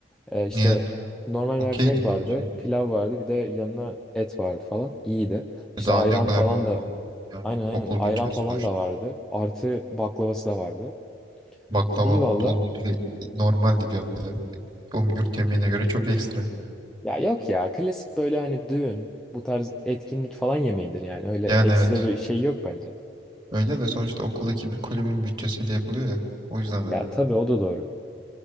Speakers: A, in the centre; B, on the right (about 25°).
A: Ee, işte
B: Yani
A: normal
B: okeydi
A: mercimek vardı.
B: bir şey.
A: Pilav vardı. Bir de yanına et vardı falan. İyiydi. İşte
B: Daha
A: ayran
B: ne kadar
A: falan
B: olsun
A: da
B: oğlum. Ya,
A: Aynen aynen.
B: okul
A: Ayran
B: bütçesi
A: falan
B: sonuçta.
A: da vardı. Artı baklavası da vardı.
B: Baklava
A: İyi valla.
B: vardı. Oğlum bir de normaldi diyor. Böyle. Oğlum yurt yemeğine göre çok ekstra.
A: Ya yok ya. Klasik böyle hani düğün, bu tarz etkinlik falan yemeğidir yani. Öyle
B: Yani
A: ekstra
B: evet.
A: bir şey yok bence.
B: Öyle de sonuçta okuldaki bir kulübün bütçesiyle yapılıyor ya. O yüzden dedim.
A: Ya tabii o da doğru.